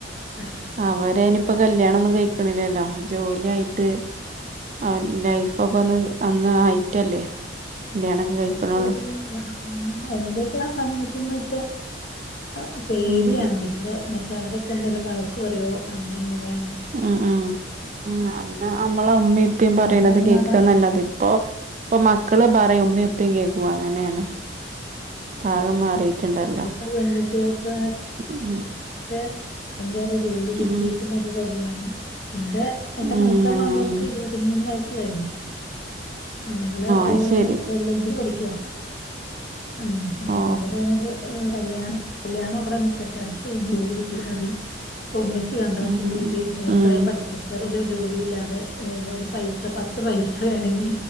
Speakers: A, on the left; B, on the right.
A: ആഹ്
B: അവര നിപ്പോൾ കല്യാണന്നും കഴിക്ക്ണില്ലല്ലോ ജോലിയായിട്ട് ആഹ് ലൈഫ് ഫോക്കെ ഒന്ന് അന്ന് ആയിട്ടല്ലേ കല്യാണൊക്കെ
A: ഉം
B: കഴിക്കണുള്ളൂ
A: ഉം എന്തൊക്കെ ആഹ് സമയത്തന്ന് വെച്ചാ ആഹ് പേടിയാണ്
B: ഉം
A: വീട്ടിലോ മറ്റൊ മറ്റെ അവരെക്കേ ണ്ടല്ലോ വഴക്ക് പറയോ അങ്ങനെ ഇങ്ങനെ യാ
B: ഉം ഉം ഉം അന്ന് അമ്മളെ ഉമമിം ഇപ്പീ പറയണത്
A: അത് കാരണം
B: കേൾക്കാ
A: അതാ
B: നല്ലത് ഇപ്പൊ ഇപ്പൊ മക്കള് പറയും ഉമമിം ഉപ്പി കേക്കും അങ്ങനെയാണ് പാകം
A: കേക്ക
B: മാറിയിട്ടുണ്ടല്ലോ
A: അതാണ് ഇപ്പൊ പെൺകുട്ടികൾക്ക്
B: ഉം
A: ക്കെ ഭയങ്കേര ജോലി കിട്ടിയിട്ടു
B: ഉം
A: മതി കല്യാണം എന്റെ എന്റെ
B: ഉം
A: മൂത്തമകൾക്ക്
B: അങ്ങനെയാണ്
A: ഇരുപത്തിമൂന്ന് വയസ്സ് കഴിഞ്ഞു. ആഹ് അവളെ
B: അത് ശരി
A: എൽ എൽ ബി പഠിക്കുവാ ഉം അപ്പൊ
B: ഓ
A: അവള് പറയണത് കല്യാണം കല്യാണം അവിടെ നിക്കട്ടെ പഠിച്ചയിഞ്ഞ ജോലി കിട്ടിട്ട് മതി പ്പ ഒമ്മിച്ച് കണ്ടോ
B: ഉം
A: ചുമ വീട്ടിലിരിക്കണ ഇത്രയും
B: ഉം
A: പഠിച്ചിട്ട് ഒരു ജോലി ഇല്ലാതെ ഒരു പൈസ പ ത്ത് പൈസ വേണങ്കി